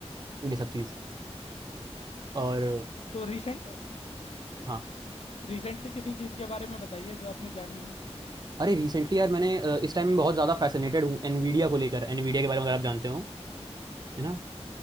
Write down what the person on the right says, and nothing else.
ये सब चीज़ और
हाँ
अरे रिसेंटली यार मैंने अ, इस टाइम में बहुत ज़्यादा फैसिनेटेड हूँ एनवीडिया को लेकर एनवीडिया के बारे में अगर आप जानते हो है ना